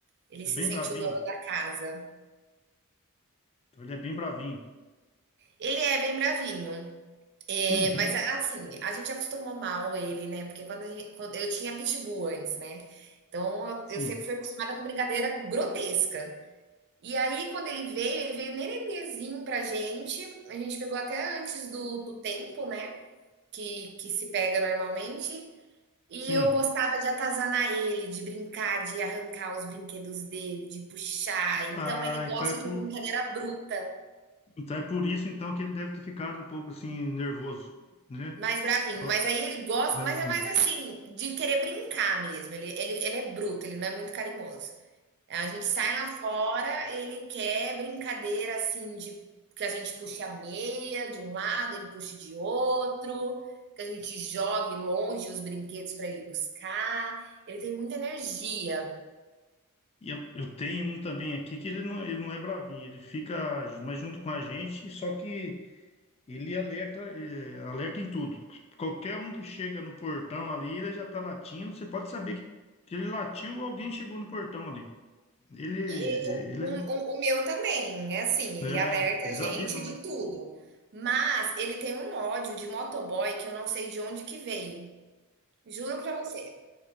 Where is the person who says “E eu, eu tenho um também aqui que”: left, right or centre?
Left